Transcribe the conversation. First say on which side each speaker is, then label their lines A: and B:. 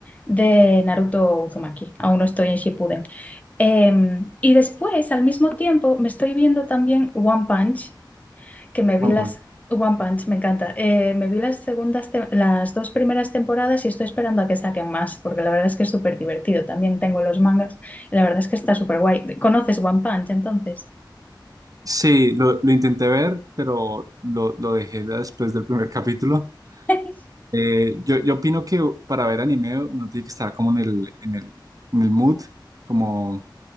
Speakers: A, on the left; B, on the right.
A: de Naruto Uzumaki, aún no estoy en Shippuden. Em, y después, al mismo tiempo, me estoy viendo también One Punch que me vi
B: One
A: las...
B: Punch.
A: One Punch, me encanta. Eh, me vi las segundas, te- las dos primeras temporadas y estoy esperando a que saquen más, porque la verdad es que es súper divertido. También tengo los mangas y la verdad es que está súper guay. ¿Conoces One Punch entonces?
B: Sí, lo, lo intenté ver, pero lo, lo dejé después del primer <laughs> capítulo.
A: <laughs>
B: Eh, yo, yo opino que para ver anime uno tiene que estar como en el, en el, en el mood, como,